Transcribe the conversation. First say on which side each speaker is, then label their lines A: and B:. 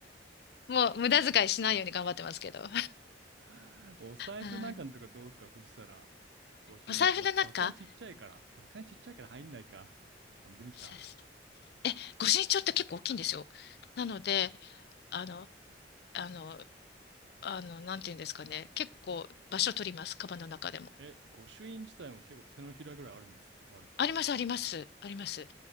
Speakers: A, on the left; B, on the right.
A: もう無駄遣いしないように頑張ってますけど。<laughs>
B: <laughs> お財布なんかのとかどうすかそしたら。
A: うん
B: 御朱印帳。
A: お財布の中、
B: さすがにちっちゃいから。さすがにちっちゃいから入んないか。あ、無理か。
A: さえ、御朱印って結構大きいんですよ。なので、あの、あの、あの、なんていうんですかね。結構場所取ります。カバンの中でも。
B: え、御朱印自体も結構手のひらぐらいあるんですかあれって。
A: あります、あります、あります。